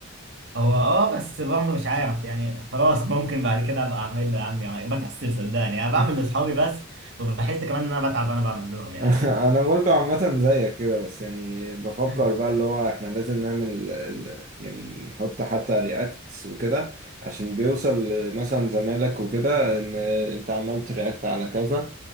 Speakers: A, on the right; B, on the right.
A: هو اه بس برضه مش عارف يعني خلاص ممكن بعد كده ابقى اعمل له يا عم يعني بكسل صدقني انا بعمل
B: <laughs>
A: لاصحابي بس وبحس كمان ان انا بتعب وانا بعمل لهم يعني
B: <laughs> انا برضو عامه زيك كده بس يعني بفكر
A: <laughs>
B: بقى اللي هو احنا لازم نعمل ال- يعني نحط حتى رياكتس وكده عشان بيوصل مثلا زمالك وكده ان انت عملت رياكت على كذا